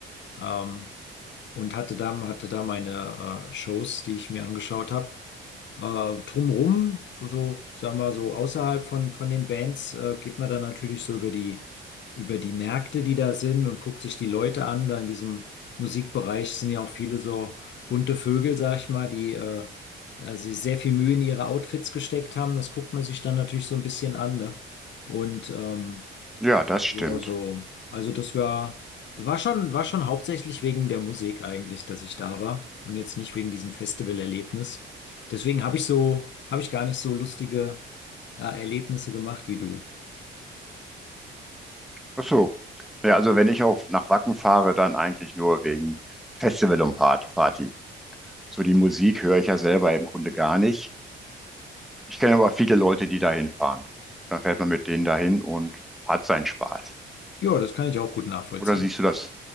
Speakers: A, on the left (about 65°); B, in the centre.
A: ähm, und hatte da, hatte da meine äh, Shows, die ich mir angeschaut habe. Äh, drumrum, so, sagen wir so, außerhalb von, von den Bands, äh, geht man dann natürlich so über die, über die Märkte, die da sind und guckt sich die Leute an. Da in diesem Musikbereich sind ja auch viele so bunte Vögel, sag ich mal, die äh, also sehr viel Mühe in ihre Outfits gesteckt haben. Das guckt man sich dann natürlich so ein bisschen an, ne? Und ähm,
B: Ja, das stimmt.
A: ja, also, also das war, war schon, war schon hauptsächlich wegen der Musik eigentlich, dass ich da war und jetzt nicht wegen diesem Festivalerlebnis. Deswegen habe ich so, habe ich gar nicht so lustige äh, Erlebnisse gemacht wie du.
B: Ach so. Ja, also wenn ich auf nach Wacken fahre, dann eigentlich nur wegen Festival und Part Party. So die Musik höre ich ja selber im Grunde gar nicht. Ich kenne aber viele Leute, die dahin fahren. Dann fährt man mit denen dahin und hat seinen Spaß.
A: Ja, das kann ich auch gut nachvollziehen.
B: Oder siehst du das